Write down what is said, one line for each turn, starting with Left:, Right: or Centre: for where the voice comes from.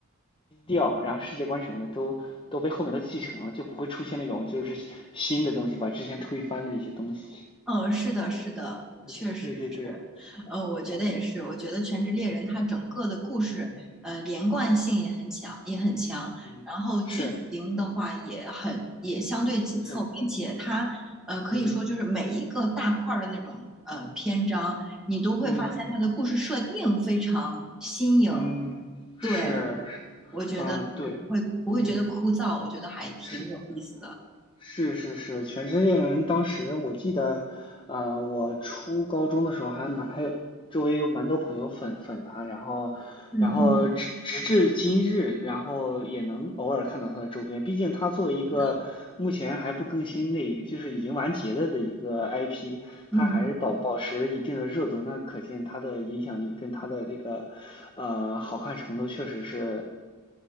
Left: 基调，然后世界观什么的都都被后面都继承了，就不会出现那种就是新的东西把之前推翻的一些东西。
Centre: 嗯，是的，是的，
Left: 对对对对对，
Centre: 确实是，呃，我觉得也是，
Left: 我
Centre: 我觉得《全职猎人》它整个的故事，
Left: 嗯嗯
Centre: 呃，连贯性也很强，也很强，
Left: 嗯是
Centre: 然后剧情的话也很也相对紧凑，
Left: 是
Centre: 并且它，呃，可以说就是每一个大块儿的那种呃篇章，
Left: 嗯
Centre: 你都会发现它的故事设定非常新颖，
Left: 嗯嗯是是嗯对
Centre: 对，我觉得就是不会不会觉得枯燥，
Left: 嗯
Centre: 我觉得还挺有意思的，
Left: 是是是是，《全职猎人》当时我记得，呃，我初高中的时候还蛮还有周围有蛮多朋友粉粉他，然后然后直直至今日，
Centre: 嗯嗯，
Left: 然后也能偶尔看到他的周边。毕竟他作为一个目前还不更新的，
Centre: 是的，
Left: 就是已经完结了的一个 IP，
Centre: 嗯。
Left: 他还是保保持一定的热度，那可见他的影响力跟他的这个呃好看程度确实是